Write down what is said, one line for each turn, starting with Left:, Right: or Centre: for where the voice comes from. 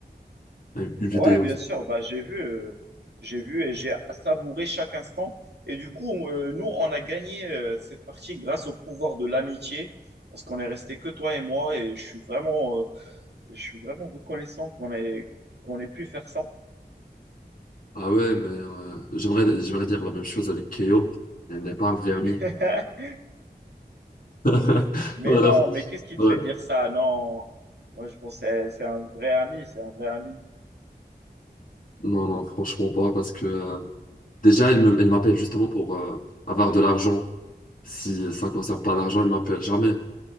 Left: une vidéo.
Right: Ouais, bien sûr. Bah, j'ai vu, euh, j'ai vu et j'ai savouré chaque instant. Et du coup, euh, nous, on a gagné euh, cette partie grâce au pouvoir de l'amitié, parce qu'on est resté que toi et moi. Et je suis vraiment, euh, je suis vraiment reconnaissant qu'on ait, qu'on ait pu faire ça.
Left: Ah ouais mais euh, j'aimerais j'aimerais dire la même chose avec KO. Elle n'est pas un vrai ami.
Right: <laughs>
Left: <laughs>
Right: Mais
Left: Alors,
Right: non, mais qu'est-ce qui
Left: ouais.
Right: te fait dire ça? Non, moi je pense que c'est c'est un vrai ami, c'est un vrai ami.
Left: Non, non, franchement pas, parce que euh, Déjà, elle me- elle m'appelle justement pour euh, avoir de l'argent. Si ça ne concerne pas l'argent, elle m'appelle jamais.